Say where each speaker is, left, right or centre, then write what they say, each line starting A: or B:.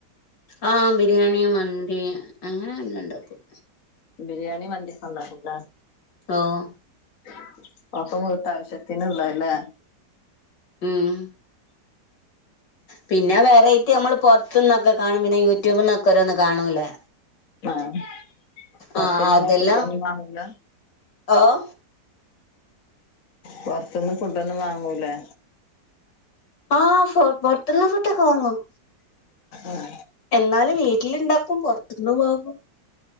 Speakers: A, on the left; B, on the left.
A: ആഹ് ബിരിയാണി മന്തി അങ്ങനെ എല്ലാംണ്ടാക്കും
B: ബിരിയാണി മന്തി ക്കെ ണ്ടാക്കുലേ
A: ആഹ്
B: ഒ <unintelligible> ഇങ്ങൾക്ക് ആവശ്യത്തിന്ള്ളല്ലേ
A: ഉം പിന്നെ വെറൈറ്റി അമ്മള് പൊറത്ത്ന്നൊക്കെ കാണും പിന്നെ യൂട്യൂബ്ന്നൊക്കെ ഓരോന്ന് കാണൂലേ
B: ആഹ് പൊറത്ത്ന്ന
A: ആഹ് അതെല്ലാം
B: <unintelligible> വാങ്ങൂല്ല
A: ഓഹ്
B: പുറത്ത്ന്ന് ഫുഡൊന്നും വാങ്ങൂലേ
A: ആ പൊറ്ത്ത്ന്ന് ഫുഡൊക്കെ വാങ്ങും
B: ഉം
A: എന്നാലും വീട്ടില് ഇണ്ടാക്കും പൊറ്ത്ത്ന്ന് വാങ്ങും